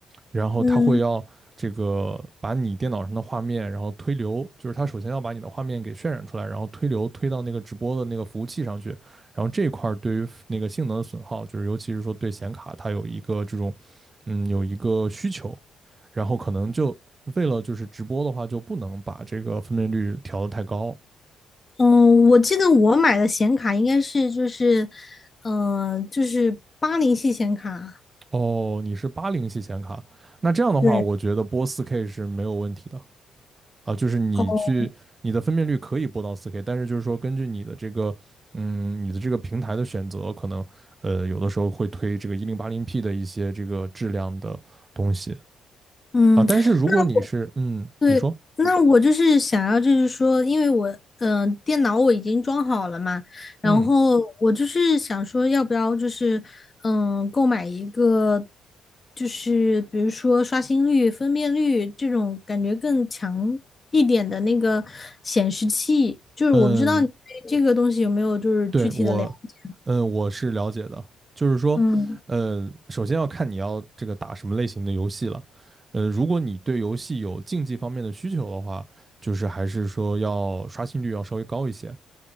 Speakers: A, on the right; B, on the left.
A: 然后它会要这个把你电脑上的画面，
B: 嗯
A: 然后推流，就是它首先要把你的画面给渲染出来，然后推流推到那个直播的那个服务器上去，然后这一块儿对于那个性能的损耗，就是尤其是说对显卡它有一个这种，嗯，有一个需求，然后可能就为了就是直播的话，就不能把这个分辨率调得太高。
B: 嗯，我记得我买的显卡应该是就是嗯、呃就是八零系显卡。
A: 哦，你是八零系显卡，那这样的话，
B: 对，
A: 我觉得播四 K 是没有问题的。啊，就是你去你的分辨率可以播到四
B: 哦，
A: k 但是就是说根据你的这个嗯你的这个平台的选择，可能呃有的时候会推这个一零八零 p 的一些这个质量的东西
B: 嗯，
A: 啊，但是如果你是嗯你说
B: 那对，那我就是想要，就是说，因为我，嗯、电脑我已经装好了嘛，然后我就是想说，
A: 嗯
B: 要不要就是，嗯、购买一个，就是比如说刷新率、分辨率这种感觉更强一点的那个显示器，就是我不知道你对这个东西有没有就是具体的了解，
A: 嗯对我嗯我是了解的，就是说呃首先要看你要这个打什么类型的游戏了。
B: 嗯。
A: 呃，如果你对游戏有竞技方面的需求的话，就是还是说要刷新率要稍微高一些。